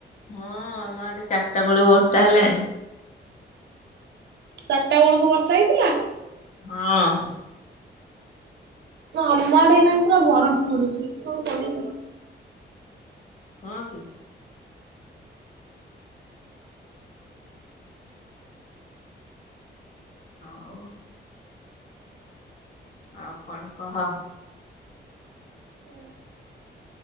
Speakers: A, on the left; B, on the right.
A: ହଁ ଆମ ଆଡ଼େ ଚାରିଟା ବେଳୁ ବର୍ଷା ହେଲାଣି।
B: ଚାରିଟା ବେଳକୁ ବର୍ଷା ହେଇଥିଲା?
A: ହଁ।
B: ନା ଆମ ଆଡେ ନାଇନାକେ ପୁରା ବରଫ ପଡୁଚି କଣ କରିବି?
A: ହଁ କି। ହଁ ହଉ। ଆଉ କଣ କହ?
B: ହୁଁ।